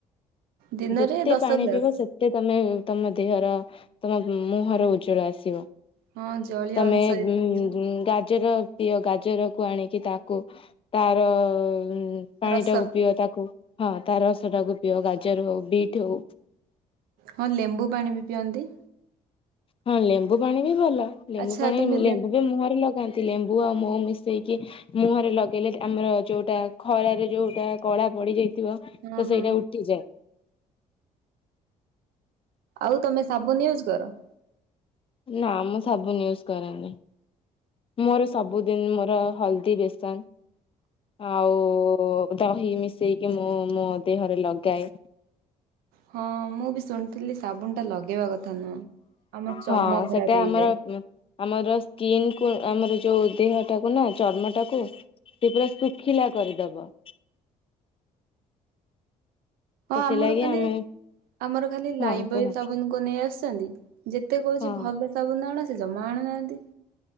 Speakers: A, on the right (about 80°); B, on the left (about 35°).
A: ଦିନରେ
B: ଯେତେ
A: ଦଶ
B: ପାଣି
A: ଗ୍ଲାସ
B: ପିଇବ ସେତେ ତମେ ତମ ଦେହର ତମ ମୁହଁର ଉଜ୍ଜଳ ଆସିବ।
A: ହଁ ଜଳୀୟ
B: ତମେ
A: ଅଂଶ ବି
B: ବୁଁ
A: ବଢିବ
B: ଉଁ ଗାଜର ପିଅ ଗାଜରକୁ ଆଣିକି ତାକୁ ତାର ଅ ପାଣି
A: ରସ।
B: ଟାକୁ ପିଅ ତାକୁ ହଁ ତା ରସଟାକୁ ପିଅ ଗାଜର ହଉ ବିଟ୍ ହଉ।
A: ହଁ ଲେମ୍ବୁ ପାଣି ବି ପିଅନ୍ତି।
B: ହଁ ଲେମ୍ବୁ ପାଣି ବି ଭଲ ଲେମ୍ବୁ
A: ଆଚ୍ଛା
B: ପାଣି
A: ତମେ
B: ଲେମ୍ବୁ ବି ମୁହଁରେ ଲଗାନ୍ତି। ଲେମ୍ବୁ ଆଉ ମହୁ ମିଶେଇକି ମୁହଁରେ ଲଗେଇଲେ ଆମର ଯୋଉଟା ଖରାରେ ଯୋଉଟା କଳା ପଡିଯାଇ ଥିବ ତ
A: ହଁ
B: ସେଇଟା
A: ହଁ।
B: ଉଠିଯାଏ।
A: ଆଉ ତମେ ସାବୁନ ୟୁଜ୍ କର?
B: ନା ମୁଁ ସାବୁନ ୟୁଜ୍ କରେନି। ମୋର ସବୁଦିନ ମୋର ହଳଦୀ ବେସନ ଆଉ ଦହି ମିଶେଇକି ମୁଁ ମୋ ଦେହରେ ଲଗାଏ।
A: ହଁ ମୁଁ ବି ଶୁଣିଥିଲି ସାବୁନ ଟା ଲଗେଇବା କଥା ନୁହଁ ଆମ
B: ହଁ
A: ଚମ ଖରାପ
B: ସେଟା
A: ହେଇଯାଏ।
B: ଆମର ଆମର ସ୍କିନକୁ ଆମର ଯୋଉ ଦେହଟାକୁ ନା ଚର୍ମଟାକୁ ସେ ପୁରା ଶୁଖିଲା କରିଦବ।
A: ହଁ
B: ସେଥିଲାଗି
A: ଆମର ଖାଲି
B: ଆମେ
A: ଆମର ଖାଲି
B: ହଁ
A: ଲାଇବୟ
B: କୁହ
A: ସାବୁନକୁ ନେଇ ଆସୁଛନ୍ତି ଯେତେ କହୁଛି
B: ହଁ
A: ଭଲ ସାବୁନ ଆଣ ସେ ଜମା ଆଣୁନାହାଁନ୍ତି।